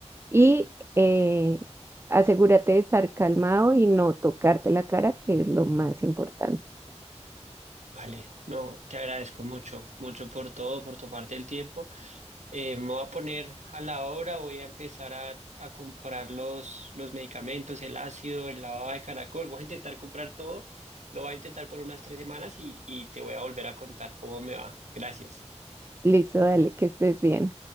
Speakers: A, on the right; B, on the right.
A: y eh, asegúrate de estar calmado y no tocarte la cara, que es lo más importante.
B: Vale, no, te agradezco mucho, mucho por todo, por tomarte el tiempo. Eh, me voy a poner a la obra, voy a empezar a, a comprar los, los medicamentos, el ácido, el lavado de caracol, voy a intentar comprar todo, lo voy a intentar por unas tres semanas y, y te voy a volver a contar cómo me va. Gracias.
A: Listo, dale, que estés bien.